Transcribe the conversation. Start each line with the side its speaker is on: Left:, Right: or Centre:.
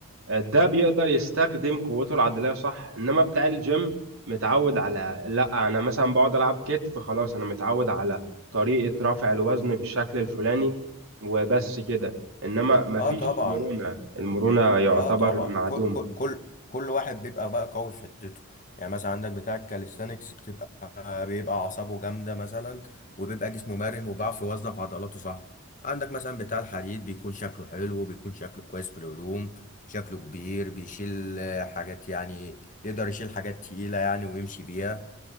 Right: ده بيقدر يستخدم قوته العضلية صح انما بتاع الجيم متعود على لا انا مثلا بقعد العب كتف خلاص انا متعود على طريقة رفع الوزن بالشكل الفلاني وبس كده انما مفيش
Left: آه طبعا
Right: مرونة المرونة يعتبر
Left: اه طبعا
Right: معدومة
Left: كل كل كل كل واحد بيبقى بقى قوي في حتته يعني مثلا عندك بتاع الكاليستانكس بتبقى بيبقى اعصابه جامده مثلا وبيبقى جسمه مرن وبيعرف يوظف عضلاته صح عندك مثلا بتاع الحديد بيكون شكله حلو بيكون شكله كويس في الهدوم شكله كبير بيشيل آه، حاجات يعني يقدر يشيل حاجات تقيله يعني ويمشي بيها